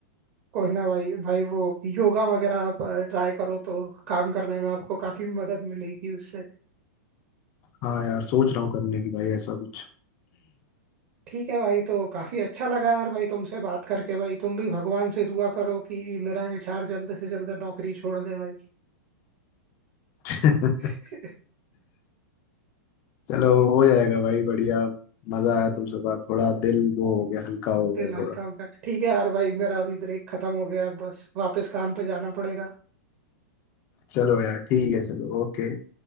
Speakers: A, on the right; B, on the left.
A: कोई ना भाई भाई वो योगा वगैरह आप ट्राई करो तो काम करने में आपको काफी मदद मिलेगी उससे
B: हाँ यार सोच रहा हूँ करने की भाई ऐसा कुछ
A: ठीक है भाई तो काफी अच्छा लगा यार भाई तुमसे बात करके भाई तुम भी भगवान से दुआ करो कि मेरा एचआर जल्द से जल्द नौकरी छोड़ दे भाई
B: <laughs>
A: <laughs>
B: चलो हो जाएगा भाई बढ़िया मजा आया तुमसे बात थोड़ा दिल वो हो गया हल्का हो गया
A: दिल हल्का
B: थोड़ा
A: हो गया ठीक है यार भाई मेरा अभी ब्रेक खत्म हो गया बस वापस काम पे जाना पड़ेगा
B: चलो यार ठीक है चलो ओके